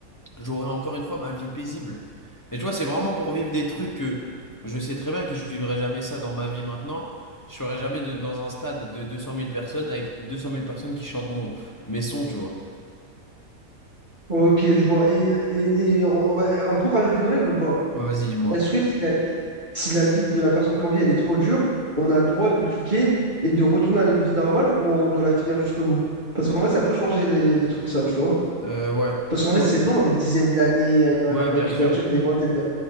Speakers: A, on the left (about 25°); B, on the right (about 35°).
A: j'aurais encore une fois ma vie paisible. Et tu vois, c'est vraiment pour vivre des trucs que je sais très bien que je vivrai jamais ça dans ma vie maintenant. Je serai jamais de- dans un stade de 200 000 personnes avec 200 000 personnes qui chantent mon, mes sons, tu vois.
B: Ok, je vois. Et, et, et on, on va- on peut rajouter une règle ou pas?
A: Ouais, vas-y, dis-moi.
B: Est-ce que si la vie, si la vie de la personne qu'on vit, elle est trop dure, on a le droit de cliquer et de retourner à notre vie normale ou on doit la finir jusqu'au bout? Parce qu'en vrai, ça peut changer les, les trucs, ça, tu vois.
A: Euh, ouais.
B: Parce qu'en vrai,
A: Ouais,
B: c'est long, des dizaines d'années euh, dans la
A: Ouais,
B: vie de Michael
A: bien sûr.
B: Jackson, des vingtaines d'années.